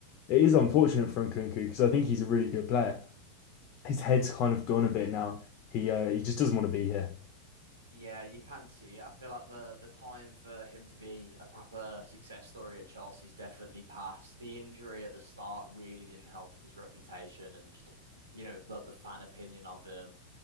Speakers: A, on the left; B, on the right.
A: it is unfortunate for Nkunku because I think he's a really good player. His head's kind of gone a bit now. He uh, he just doesn't want to be here.
B: Yeah, you can see it. I feel like the the time for him to be a proper success story at Chelsea's definitely passed. The injury at the start really didn't help his reputation and just you know the, the fan opinion of him.